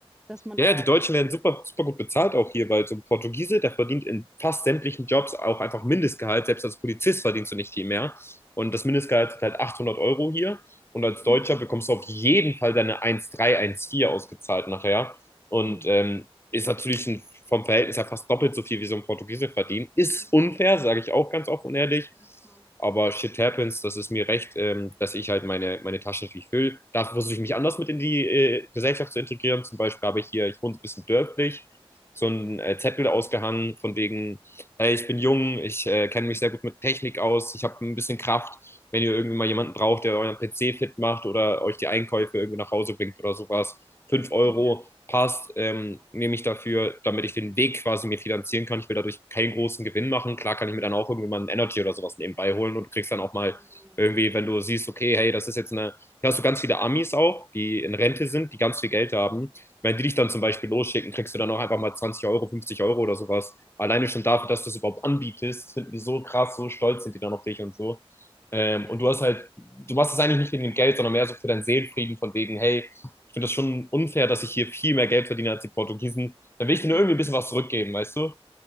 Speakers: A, in the centre; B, on the left.
A: dass man
B: ja,
A: da.
B: ja, die Deutschen werden super, super gut bezahlt auch hier, weil so ein Portugiese, der verdient in fast sämtlichen Jobs auch einfach Mindestgehalt. Selbst als Polizist verdienst du nicht viel mehr. Und
A: Ja,
B: das Mindestgehalt ist halt 800 Euro hier. Und als Deutscher
A: Mhm.
B: bekommst du auf jeden Fall deine 1,3, vier ausgezahlt nachher. Und
A: Mhm.
B: ähm, ist natürlich ein, vom Verhältnis her fast doppelt so viel, wie so ein Portugiese verdient. Ist
A: ja, ja,
B: unfair, sage ich auch ganz offen und ehrlich.
A: ja, schon.
B: Aber shit happens, das ist mir recht, ähm, dass ich halt meine, meine Taschen natürlich fülle. Da versuche ich mich anders
A: Ja,
B: mit in die äh, Gesellschaft zu integrieren. Zum Beispiel habe ich hier, ich wohne ein bisschen dörflich, so einen
A: ja,
B: äh, Zettel ausgehangen, von wegen, hey, ich bin jung, ich äh, kenne mich sehr gut mit Technik aus, ich habe ein bisschen Kraft. Wenn ihr irgendwie mal jemanden braucht, der euren PC fit macht oder euch die Einkäufe irgendwie nach Hause bringt oder sowas, 5 Euro,
A: ja.
B: passt, ähm,
A: Oh,
B: nehme ich dafür, damit ich den Weg quasi mir finanzieren kann. Ich will dadurch keinen großen Gewinn machen. Klar kann ich mir dann auch irgendwie mal einen Energy oder sowas nebenbei holen und du kriegst dann auch mal
A: ja, ja,
B: irgendwie, wenn du siehst, okay, hey, das ist jetzt eine, hier hast du ganz viele Amis auch, die in Rente sind, die ganz viel Geld haben. Wenn die dich dann
A: ja.
B: zum
A: Echt.
B: Beispiel losschicken, kriegst du dann auch einfach mal 20 Euro, 50 Euro oder sowas. Alleine schon dafür, dass du es überhaupt anbietest, finden die so krass, so stolz sind die dann auf dich und so. Ähm,
A: Ja,
B: und du
A: ja,
B: hast halt, du machst es eigentlich nicht wegen dem Geld, sondern mehr so für deinen Seelenfrieden von wegen, hey, ich finde das schon unfair, dass ich hier viel mehr Geld verdiene als die Portugiesen. Dann will ich denen
A: ja,
B: irgendwie ein bisschen
A: ja, ja.
B: was zurückgeben, weißt du?